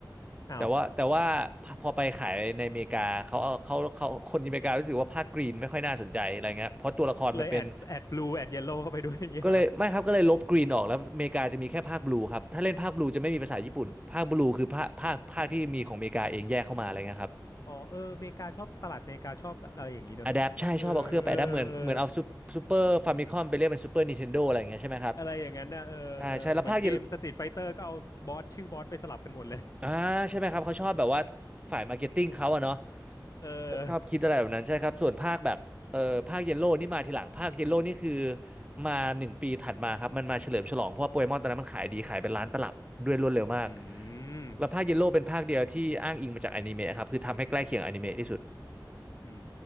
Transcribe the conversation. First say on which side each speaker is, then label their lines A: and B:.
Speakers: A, on the left; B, on the right.
A: อ้าว
B: แต่ว่าแต่ว่าพอพอไปขายในอเมริกาเขาเอาเขาเขาคนอเมริการู้สึกว่าภาคกรีนไม่ค่อยน่าสนใจอะไรเงี้ยเพราะตัวละครมันเป็น
A: เลยแอดแอด blue แอด yellow เข้าไปด้วย <laughs> อย่างเงี้ยเหรอ
B: ก็เลยไม่ครับก็เลยลบกรีนออกแล้วอเมริกาจะมีแค่ภาคบลูครับถ้าเล่นภาคบลูจะไม่มีภาษาญี่ปุ่นภาคบลูคือภาคภาคภาคที่มีของอเมริกาเองแยกเข้ามาอะไรเงี้ยครับ
A: อ๋อเอออเมริกาชอบตลาดอเมริกาชอบอะไรอย่างนี้เนอะเออเออเออ
B: อะแดปใช่ชอบเอาเครื่องไปอะแดปเหมือนเหมือนเอาซูเปอร์ฟามิคอมไปเรียกเป็นซูเปอร์นินเทนโดอะไรอย่างเงี้ยใช่ไหมครับ
A: อะไรอย่างนั้นนะเออเออเหมือนเกม
B: ใช่ใช่แล้วภาคเย
A: Street Fighter ก็เอาบอสชื่อบอสไปสลับกันหมดเลย
B: อ่าใช่ไหมครับเขาชอบแบบว่าฝ่ายมาร์เก็ตติ้งเขาอะเนาะ
A: เออ
B: ชอบชอบคิดอะไรแบบนั้นใช่ครับส่วนภาคแบบเออภาคเยลโล่นี่มาทีหลังภาคเยลโล่นี่คือมาหนึ่งปีถัดมาครับมันมาเฉลิมฉลองเพราะว่าโปเกมอนตอนนั้นมันขายดีขายเป็นล้านตลับด้วยรวดเร็วมาก
A: อืม
B: แล้วภาคเยลโล่เป็นภาคเดียวที่อ้างอิงมาจากอนิเมะครับคือทำให้ใกล้เคียงอนิเมะที่สุด
A: อืม